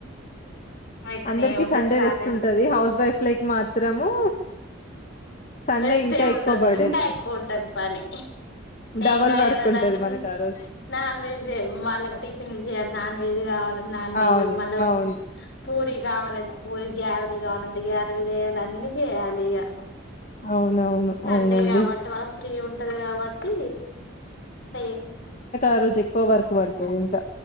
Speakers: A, on the left; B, on the left.
A: అయితేనే
B: అందరికి
A: ఉంటది
B: సండే
A: స్టార్ట్
B: రెస్ట్
A: అయి
B: ఉంటది హౌస్ వైఫ్ లైక్ మాత్రము సండే
A: రెస్ట్
B: ఇంకా
A: ఎం ఉండదు
B: ఎక్కువ బర్డెన్.
A: ఇంకా ఎక్కువ ఉంటది పని
B: డబల్
A: ఇంకా
B: వర్క్
A: ఏదనాంటే
B: ఉంటది మనకు
A: నా
B: ఆ రోజు.
A: నాన్ వెజ్ తెవు వాళ్ళకి టిఫిన్ చేయాలి నాన్ వెజ్ కావాల నాన్ వెెజ్
B: అవును.
A: మళ్ళ
B: అవును.
A: పూరి కావాలంటే పూరి గ్యారెలు కావాలంటే గ్యారెలు చేయాలి అన్నీ చేయాలి ఇక
B: అవునవును
A: సండే
B: అవునండి
A: కాబంటే వాళ్ళ ఫ్రీ ఉం ఉంటది కాబట్టి తే
B: ఆరోజు ఎక్కువ వర్క్ పడతది ఇంకా